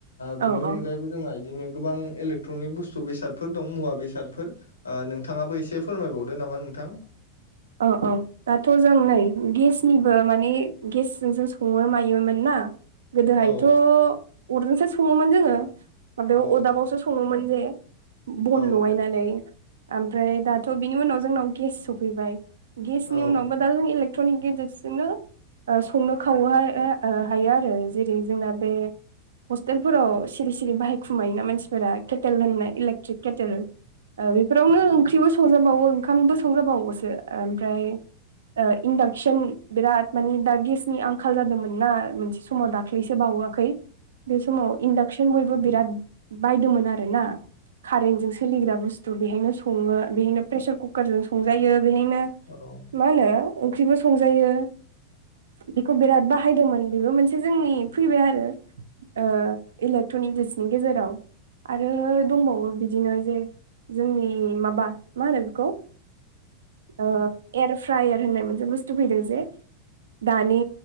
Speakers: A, on the left; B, on the right.
A: बिनि
B: औ
A: अनगायैबो
B: औ
A: जोंहा बिदिनो गोबां इलेक्ट्रनिक बुस्थु बेसादफोर दं मुवा बेसादफोर आ नोंथाङाबो एसे फोरमायबावदो नामा नोंथां?
B: अ अ। दाथ' जों नै गेसनिबो माने गेसजों जों सङो मायोमोन ना गोदोहायथ'
A: औ
B: अरजोंसो सङोमोन जोङो माबायाव
A: औ
B: अरदाबावसो
A: औ
B: सङोमोन जे बन
A: औ
B: लगायनानै ओमफ्राय दाथ' बिनि उनाव जोंनाव गेस सफैबाय गेसनि
A: औ
B: उनावबो दा जों इले ट'नि गेजेरजोंनो ओ संनो खावो ओ हायो आरो जेरै जोंना बे हस्टेलफोराव सिरि सिरि बाहायखुमायोना मानसिफोरा केेटेल होननाय इलेक्ट्रिक केटेल ओ बेफोरावनो ओंख्रि बो संजाबावो ओंखामबो संजाबावोसो ओमफ्राय ओ इन्डाक्सन बिराद माने दा गेसनि आंखाल जादोंमोन ना मोनसे समाव दाख्लै दाख्लैसो बाावाखै बे समाव इन्डाकसन बयबो बिराद बायदोंमोन आरोना कारेन्टजों सोलिग्रा बुस्थु बेहायनो सङो बेहायनो प्रेसार कुकारजों संजायो बेहायनो
A: औ
B: मा होनो ओंख्रिबो संजायो बेखौ बिराद बाहायदोंमोन बेबो मोनसे एसे जोंनि फैबाय आरो ओ इलेक्ट्रनिक गेसनि गेजेराव आरो दंबावो बिदिनो जे जोंनि माबा मा होनो बेखौ ओ एयार फ्रायार होननाय मोनसे बुस्थु फैदों जे दानि